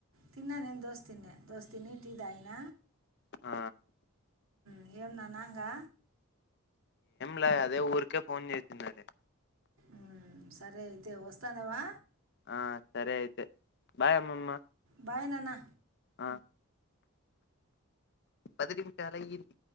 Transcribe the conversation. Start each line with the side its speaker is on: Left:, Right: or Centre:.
Right: తిన్నా నేను దోస తిన్నా దోసతిని టీ తాగిన
Left: ఆ
Right: నియమ్ననంగా
Left: లా అదే ఊరికే ఫోన్ చేసిన్నాది
Right: ఉ సరే అయితే వస్తన్నావా
Left: ఆ సరే అయితే బాయ్ అమ్మమ్మ
Right: బాయ్ నానా
Left: ఆ పది నిమిషాలు అయింది